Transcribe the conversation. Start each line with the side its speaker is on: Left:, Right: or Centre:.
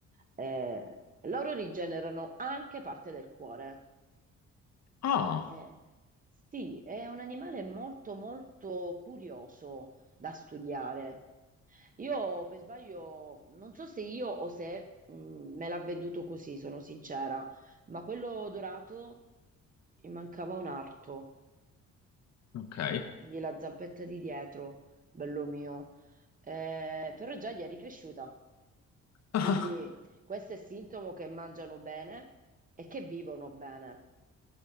Right: Eh, loro rigenerano anche parte del cuore.
Left: Ah,
Right: Eh, sì, è un animale molto molto curioso da studiare io per sbaglio, non so se io o se mh, me l'ha venduto così, sono sincera, ma quello dorato mi mancava un arto,
Left: ok.
Right: quindi la zampetta di dietro, bello mio. Eh, però già gli è ricresciuta,
Left: <laughs>
Right: quindi questo è sintomo che mangiano bene e che vivono bene.